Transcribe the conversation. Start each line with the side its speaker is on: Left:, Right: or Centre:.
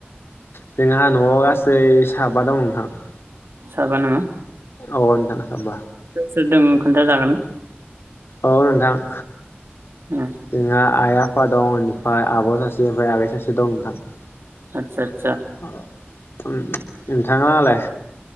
Left: जोंहा न'आव गासै साबा दं नोंथां।
Right: साबाना
Left: औ नोंथां
Right: सोर दों खोन्थाजागोन ना?
Left: औ नोंथां।
Right: ना
Left: जोंहा आइ आफ आफा दं इनफ्राय आब' सासे ओमफ्राय आबै सासे दं नोंथां ।
Right: आतसा आट
Left: <unintelligible> नोंथाङालाय